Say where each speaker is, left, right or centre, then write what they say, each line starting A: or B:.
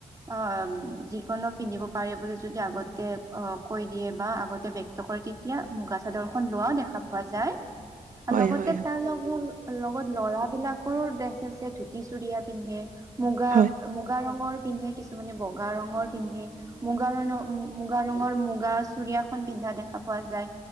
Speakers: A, on the right (about 25°); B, on the right (about 80°).
A: অ যিকোনো পিন্ধিব পাৰি বুলি যদি আগতে অ কৈ দিয়ে। বা আগতে বক্তকৰ কেতিয়া মুগা চাদৰশন লোৱাও দেখা পোৱা যায়।
B: হয়
A: লগতে
B: হয়
A: তাৰ লগ লগত ল'ৰা বিলাক। সৰু ড্ৰেছ আছে ধুতি চুৰিয়া পিন্ধে মুগা
B: হয়
A: মুগা ৰঙৰ। পিন্ধে কিছুমানে বগা ৰঙৰ পিন্ধে, মুগা ৰৰ মুগা ৰঙৰ মুগা। চুৰিয়াখন পিন্ধা দেখা পোৱা যায়